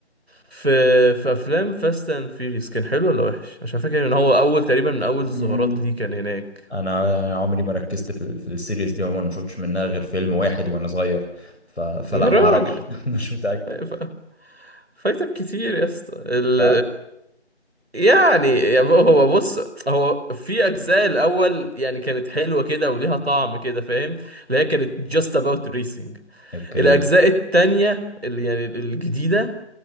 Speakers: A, on the right (about 65°); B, on the left (about 70°).
A: في في افلام فاست اند فيريس كان حلو ولا وحش عشان فاكر ان هو اول تقريبا من اول
B: مم.
A: الظهورات ليه كان هناك
B: انا عمري ما ركزت في في السيريز دي عموما ما شفتش منها غير فيلم واحد وانا صغير ف... فلا
A: يا راجل
B: ما اعرفش <laughs> مش متأكد
A: أيوة، ف- فايتك كتير يا اسطى ال...
B: فعلا
A: يعني يا ب- هو بص هو في اجزاء الاول يعني كانت حلوه كده وليها طعم كده فاهم اللي هي كانت just about racing
B: اوكي
A: الاجزاء التانية اللي يعني الجديده